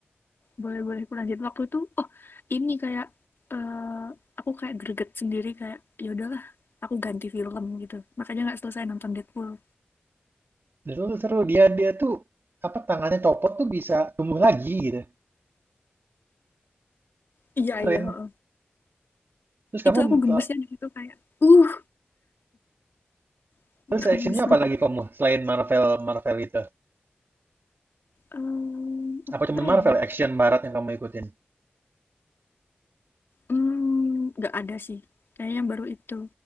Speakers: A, on the left; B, on the right.
A: boleh-boleh aku lanjut waktu itu, oh ini kayak eh aku kayak greget sendiri kayak ya udahlah aku ganti film gitu. Makanya nggak selesai nonton Deadpool.
B: Deadpool tuh seru, dia dia tuh apa tangannya copot tuh bisa tumbuh lagi gitu.
A: Iya,
B: Keren.
A: iya. heeh.
B: Terus kamu
A: Itu aku gemesnya
B: eh,
A: di situ kayak, uh, <laughs>
B: terus
A: gemes
B: actionnya apa
A: banget.
B: lagi kamu selain Marvel Marvel itu?
A: Em, apa
B: Apa cuman Marvel
A: ya?
B: action barat yang kamu ikutin?
A: Mmm, nggak ada sih, kayaknya baru itu.